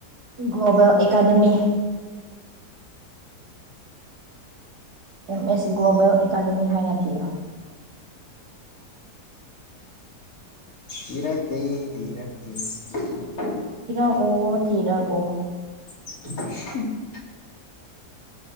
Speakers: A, on the right (about 65°); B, on the left (about 55°).
A: global academy M S global academy ꯍꯥꯏꯅ ꯊꯤꯔꯣ
B: ꯍꯔ ꯀꯦꯔꯦ <unintelligible>
A: ꯊꯤꯔꯛꯑꯣ ꯊꯤꯔꯛꯑꯣ
B: <unintelligible>